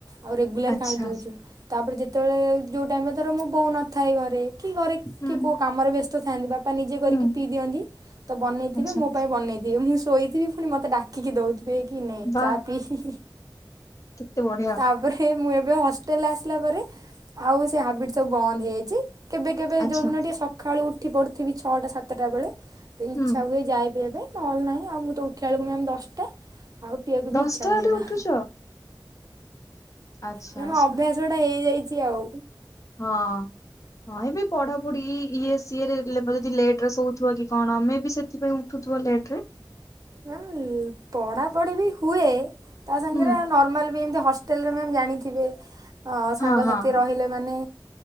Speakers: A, on the right (about 50°); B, on the left (about 40°).
A: ଆଉ ରେଗୁଲାର
B: ଆଚ୍ଛା
A: କାଇଁ ପିଉଚୁ। ତାପରେ ଯେତେବେଳେ ଯଉ ଟାଇମ ଧର ମୋ ବୋଉ ନଥାଏ ଘରେ କି ଘରେ
B: ହୁଁ
A: କିଏ କଉଁ କାମରେ ବ୍ୟସ୍ତ ଥାଆନ୍ତି ବାପା ନିଜେ କରିକି
B: ହୁଁ
A: ପିଇ ଦିଅନ୍ତି। ତ ବନେଇଥିବେ
B: ଆଚ୍ଛା
A: ମୋ ପାଇଁ ବନେଇ ଦିଏ ମୁଁ ଶୋଇଥିବି ପୁଣି ମତେ ଡାକିକି ଦଉଥିବେ କି ନେ
B: ବାଃ
A: ଚା ପିଇ।
B: କେତେ ବଢିଆ।
A: ତା ପରେ ମୁଁ ଏବେ ହଷ୍ଟେଲ ଆସିଲା ପରେ ଆଉ ସେ ହାବିଟ ସବୁ ବନ୍ଦ ହେଇଯାଇଚି। କେବେ, କେବେ
B: ଆଚ୍ଛା।
A: ଯୋଉ ଦିନ ଟିକେ ସକାଳୁ ଉଠି ପଡୁଥିବି ଛଅଟା ସାତଟା ବେଳେ ଇଛା
B: ହୁଁ
A: ହୁଏ ଯାଏ ପିଇବା ପାଇଁ ନ ହେଲେ ନାହିଁ ଆଉ ମୁଁ ତ ଉଠିଲା ବେଳକୁ ଆମେ ଦଶଟା। ଆଉ ପିଇବା କୁ ବି
B: ଦଶଟା
A: ଇଚ୍ଛା ହୁଏ
B: ବେଳେ
A: ନା।
B: ଉଠୁଛ ଆଚ୍ଛା
A: ନା ମ,
B: ଆଚ୍ଛା
A: ଅଭ୍ୟାସ ଗୋଟା ହେଇଯାଇଚି ଆଉ।
B: ହଁ ହଁ ଏବେ ପଢାପଢି ଇଏ ସିଏରେ ପ ଯଦି ଲେଟ ରେ ଶୋଉଥିବ କି କଣ ମେ ବି ସେଥିପାଇଁ ଉଠୁଥିବ ଲେଟ ରେ।
A: ହୁଁ ପଢ଼ାପଢ଼ି ବି ହୁଏ ତା ସାଙ୍ଗରେ
B: ହୁଁ
A: ଆଉ ନର୍ମାଲ୍ ବି ଏମିତି ହଷ୍ଟ ହୋଟେଲ୍ ରେ ମ୍ୟାମ୍ ଜାଣିଥିବେ ସାଙ୍ଗସାଥି
B: ହଁ ହଁ ହଁ।
A: ରହିଲେ ମାନେ